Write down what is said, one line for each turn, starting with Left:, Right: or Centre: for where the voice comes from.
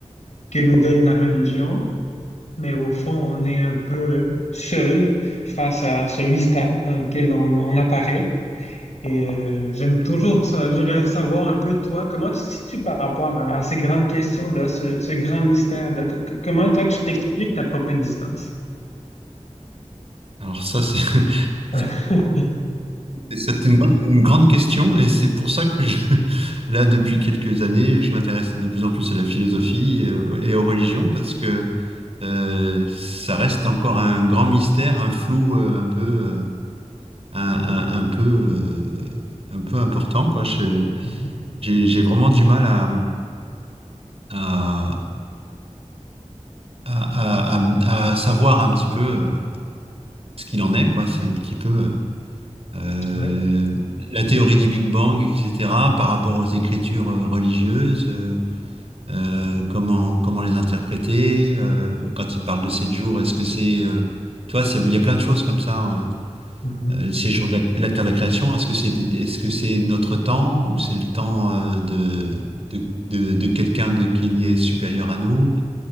Left: que nous donne la religion mais au fond, on est un peu seul face à ce mystère dans lequel on, on apparaît. Et euh, j'aime toujours ça. J'aimerais savoir un peu de toi, comment tu te situes par rapport à, à ces grandes questions-là, ce, ce grand mystère-là. Co- co- Comment toi, tu t'expliques ta propre existence?
Right: Alors ça, c'est <laughs>
Left: <laughs>
Right: c'est- c'est une, grande une grande question et c'est pour ça que je, <laughs> là, depuis quelques années, je m'intéresse de plus en plus à la philosophie et, aux et aux religions parce que euh, ça reste encore un grand mystère, un flou euh, un peu, euh, un, un- un peu, euh, un peu important, quoi. Je-
Left: Mhm.
Right: J'ai j'ai vraiment du mal à, à, à, à- à- à savoir un petit peu euh, ce qu'il en est, quoi. C'est un petit peu. euh, euh,
Left: Ouais.
Right: la théorie du Big Bang, etc., par rapport aux écritures euh, religieuses, euh, euh, comment, comment les interpréter, euh, quand il parle de sept jours, est-ce que c'est... euh, tu vois, c'est, il y a plein de choses comme ça. euh,
Left: Mhm.
Right: euh, ces jours de la, la Terre de la Création, est-ce que c'est, des- est-ce que c'est notre temps ou c'est le temps euh, de, de, de, de quelqu'un de, qui est supérieur à nous?